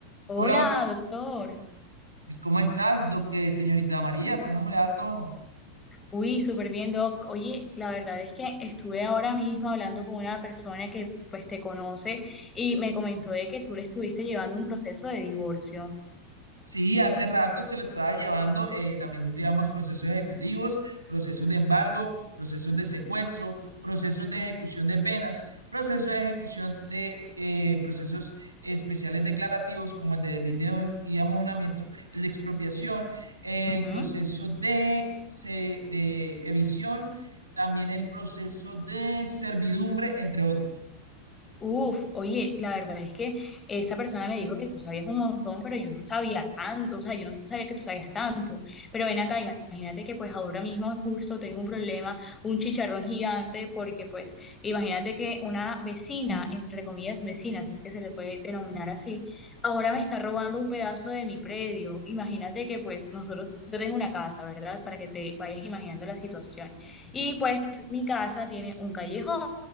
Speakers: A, on the left; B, on the right.
A: Hola,
B: Hola,
A: doctor.
B: ¿y ¿cómo estás, doc- eh, señorita María? ¿Cómo me le da todo?
A: Uy, súper bien, doc. Oye, la verdad es que estuve ahora mismo hablando con una persona que pues te conoce y me comentó de que tú le estuviste llevando un proceso de divorcio.
B: Sí, hace rato se lo estaba llevando, eh, también digamos procesos ejecutivos, procesos de embargo, procesos de secuestro, procesos de ejecución de penas, procesos de ejecución de eh, procesos especiales declarativos como el de delincuencia y amojonamiento, el de expropiación, el
A: Ujú.
B: proceso de, se- de evicción, también el proceso de servidumbre, entre otros.
A: Uf, oye, la verdad es que esa persona me dijo que tú sabías un montón, pero yo no sabía tanto, o sea, yo no sabía que tú sabías tanto. Pero ven acá, imagínate que pues ahora mismo justo tengo un problema, un chicharrón gigante, porque pues imagínate que una vecina, entre comillas vecina, si es que se le puede denominar así, ahora me está robando un pedazo de mi predio. Imagínate que pues nosotros, yo tengo una casa, ¿verdad? Para que te vayas imaginando la situación. Y pues mi casa tiene un callejón.